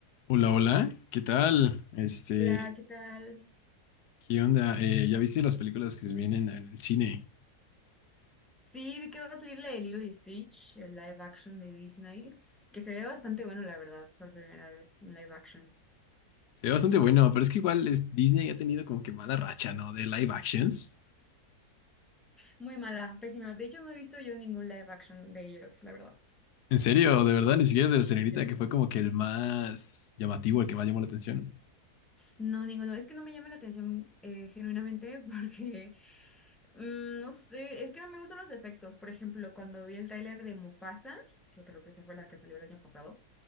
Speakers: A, on the left; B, in the centre.
A: Hola, hola, ¿qué tal? Este,
B: Hola, ¿qué tal?
A: ¿qué onda? Eh, ¿ya viste las películas que se vienen en el cine?
B: Sí, vi que va a salir la de Lilo y Stitch, el live action de Disney, que se ve bastante bueno, la verdad, por primera vez, un live action.
A: Se ve bastante bueno, pero es que igual es- Disney ha tenido como que mala racha, ¿no? De live actions.
B: Muy mala, pésima. De hecho, no he visto yo ningún live action de ellos, la verdad.
A: En serio, de verdad, ni siquiera el de la señorita,
B: Sí, te lo
A: que
B: juro.
A: fue como que el más llamativo, el que más llamó la atención.
B: No, ninguno. Es que no me llama la atención eh, genuinamente <laughs> porque, mm, no sé, es que no me gustan los efectos. Por ejemplo, cuando vi el tráiler de Mufasa, que creo que esa fue la que salió el año pasado,